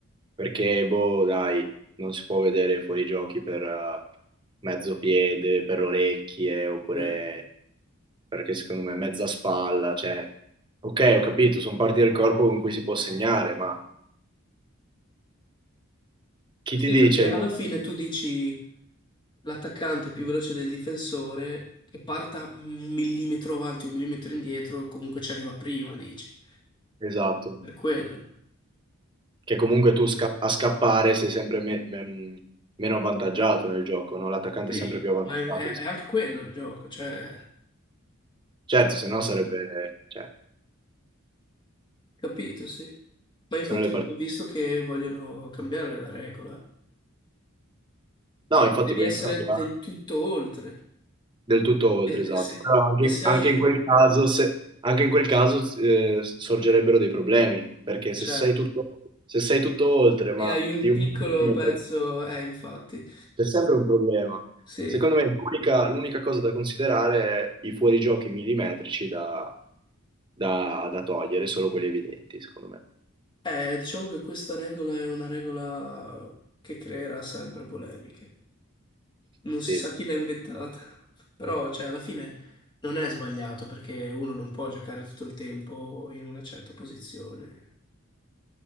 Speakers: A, on the right; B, on the left.
A: Perché, boh, dai, non si può vedere fuorigiochi per eh, mezzo piede, per orecchie, oppure
B: Eh,
A: perché secondo me mezza spalla, cioè... Ok, ho capito, sono parti del corpo con cui si può segnare, ma chi
B: Sì,
A: ti dice
B: perché
A: il
B: alla
A: momento
B: fine tu dici l'attaccante è più veloce del difensore che parta un millimetro avanti, un millimetro indietro, comunque ci arriva prima, dici.
A: esatto?
B: Per quello.
A: Che comunque
B: Eh,
A: tu sca- a scappare sei sempre me- me- meno avvantaggiato nel gioco, no? L'attaccante
B: Sì,
A: è sempre più avvantaggiato
B: ma è, è è anche quello il gioco, cioè,
A: Certo, se no sarebbe, cioè,
B: capito, sì. Ma infatti
A: se no le partite...
B: ho visto che vogliono cambiare la regola,
A: No,
B: che
A: infatti
B: devi
A: poi
B: essere
A: non cambia
B: del tutto oltre.
A: del tutto oltre,
B: E,
A: esatto.
B: e se,
A: Però anche,
B: e se
A: anche
B: hai,
A: in quel caso, se- anche in quel caso eh, sorgerebbero dei problemi, perché
B: eh,
A: se
B: certo,
A: sei tutto, se sei tutto oltre, ma
B: e hai un
A: di
B: piccolo
A: un millimetro,
B: pezzo, eh, infatti,
A: c'è sempre un problema.
B: sì.
A: Secondo me l'unica l'unica cosa da considerare è i fuorigiochi millimetrici da, da- da togliere, solo quelli evidenti, secondo me.
B: Eh, diciamo che questa regola è una regola che creerà sempre polemiche. non
A: Sì.
B: si sa chi l'ha inventata, però cioè, alla fine non è sbagliato perché uno non può giocare tutto il tempo in una certa posizione.